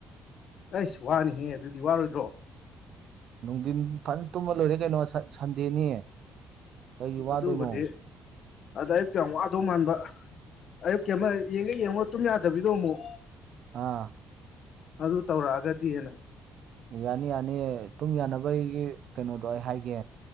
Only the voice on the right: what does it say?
ꯅꯨꯡꯗꯤꯟ ꯐꯖꯅ ꯇꯨꯝꯃ ꯂꯣꯏꯔꯦ ꯀꯩꯅꯣ ꯁꯠ ꯁꯟꯗꯦꯅꯤ ꯀꯩꯒꯤ ꯋꯥꯗꯣꯏꯅꯣ
ꯑꯥ
ꯌꯥꯅꯤ ꯌꯥꯅꯤ ꯇꯨꯝ ꯌꯥꯅꯕꯒꯤ ꯀꯩꯅꯣꯗꯣ ꯑꯩ ꯍꯥꯏꯒꯦ